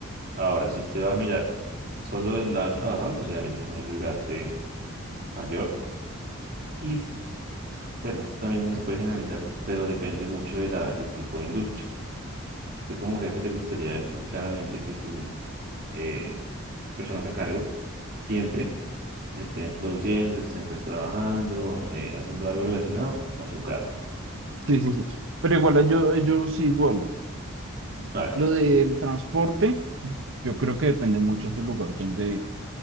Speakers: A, on the right; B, on the right.
A: Ahora, si usted va a mirarlo, solo del lado del trabajador, pues obviamente es un desgaste mayor. Y s- bueno, esto también no se puede generalizar, pero depende mucho de la, del tipo de industria. Usted como jefe le gustaría ver que- claramente que sus eh, personas a cargo siempre estén produciendo, estén pues trabajando, eh, haciendo algo relacionado a su cargo.
B: sí, sí, sí. Pero igual yo, yo sigo algo.
A: A ver.
B: Lo del transporte, yo creo que depende mucho del lugar donde